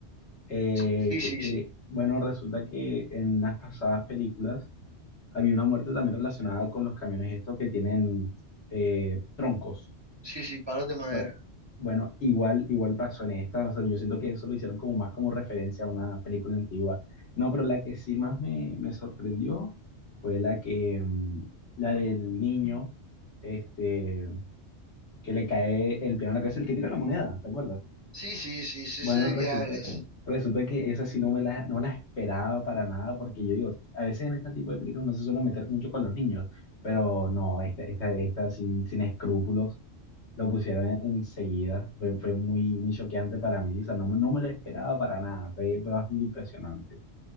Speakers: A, on the left; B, on the right.
A: Eh,
B: Sí, sí,
A: que, que,
B: sí,
A: bueno, resulta que en unas pasadas películas había una muerte también relacionada con los camiones estos que tienen eh, troncos.
B: sí, sí, palos de madera.
A: Bueno, bueno, igual, igual pasó en esta. O sea, yo siento que eso lo hicieron como más como referencia a una película antigua. No, pero la que sí más me, me sorprendió fue la que, mm, la del niño, este, que le cae el piano en la cabeza, el que tira la moneda, ¿te acuerdas?
B: Sí, sí, sí, sí
A: Bueno,
B: sé de
A: resulta,
B: qué hablas.
A: resulta que esa sí no me la, no la esperaba para nada, porque yo digo, a veces en este tipo de películas no se suele meter mucho con los niños, pero no, esta, esta, esta sin, sin escrúpulos lo pusieron en- enseguida. Fue, fue muy, muy choqueante para mí, o sea, no, me- no me lo esperaba para nada, fue, fue bastante impresionante.